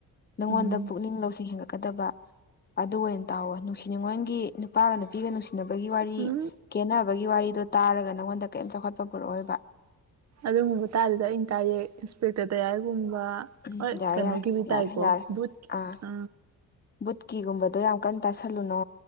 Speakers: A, on the left; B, on the right.
A: ꯅꯪꯉꯣꯟꯗ
B: ꯎꯝ
A: ꯄꯨꯛꯅꯤꯡ ꯂꯧꯁꯤꯡ ꯍꯦꯟꯒꯠꯀꯗꯕ ꯑꯗꯨ ꯑꯣꯏꯅ ꯇꯥꯎꯋ ꯅꯨꯡꯁꯤ ꯉꯣꯟꯒꯤ ꯅꯨꯄꯥꯒ ꯅꯨꯄꯤꯒ ꯅꯨꯡꯁꯤꯅꯕꯒꯤ ꯋꯥꯔꯤ
B: ꯎꯝ
A: ꯀꯦꯅꯕꯒꯤ ꯋꯥꯔꯤꯗꯣ ꯇꯥꯔꯒ ꯅꯪꯉꯣꯟꯗ ꯀꯔꯤꯝ ꯆꯥꯎꯈꯠꯄ ꯄꯨꯔꯛꯑꯣꯕ꯫
B: ꯑꯗꯨꯒꯨꯝꯕ ꯇꯥꯔꯗꯤ ꯑ ꯇꯔꯦꯛ ꯏꯟꯁꯄꯦꯛꯇꯔ ꯗꯌꯥꯏꯔꯒꯨꯝꯕ
A: ꯎꯝ
B: ꯍꫭꯏ
A: ꯌꯥꯔꯦ
B: ꯀꯩꯅꯣ
A: ꯌꯥꯔꯦ
B: ꯀ ꯄ ꯇꯥꯏꯀꯣ
A: ꯌꯥꯔꯦ ꯌꯥꯔꯦ
B: ꯕꯨꯠꯀꯤ
A: ꯑꯥ
B: ꯑ
A: ꯕꯨꯠꯀꯤꯒꯨꯝꯕꯗꯣ ꯌꯥꯝ ꯀꯟꯅ ꯇꯥꯁꯜꯂꯨꯅꯣ